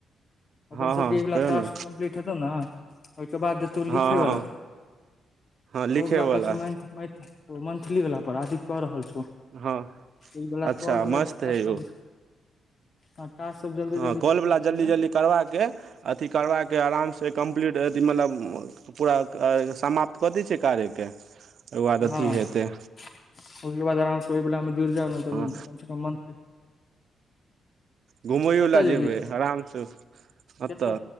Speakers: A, on the left; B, on the right.
A: अप्पन
B: हँ
A: सब
B: हँ
A: के इ बला
B: कहियौ
A: टास्क
B: ने
A: कम्प्लीट हेतौ न ओहि के बाद। तौ
B: हँ
A: लिखै बला
B: हँ हँ लिखयवला
A: ओ बला पर छै माइंग कऽ ओ मंथलीवला पर अदित्य कऽ रहल छौ
B: हँ
A: ई बला
B: अच्छा
A: कॉल बला
B: मस्त
A: टास्क
B: हइ
A: सब।
B: ओ
A: हँ टास्क सब जल्दी
B: हँ
A: जल्दी
B: कॉलवला
A: कम्प्लीट
B: जल्दी
A: कले
B: जल्दी करबा के अथी करबा के आराम सँ कम्प्लीट अथी मतलब। पूरा समाप्त कऽ दै छैए कार्य के ओकर बाद
A: हँ
B: अथि हैतै।
A: ओहिके बाद आराम से ओहि बला मे जुरि जाउ ने तऽ
B: हँ
A: कम से कम मंथ
B: घुमैयो
A: कतऽ
B: लए जेबै
A: जेबही
B: आरामसँ अत
A: कतऽ